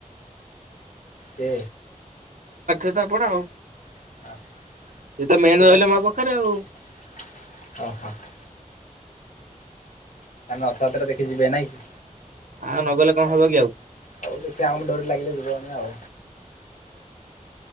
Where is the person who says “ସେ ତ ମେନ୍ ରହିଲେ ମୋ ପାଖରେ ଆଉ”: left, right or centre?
Right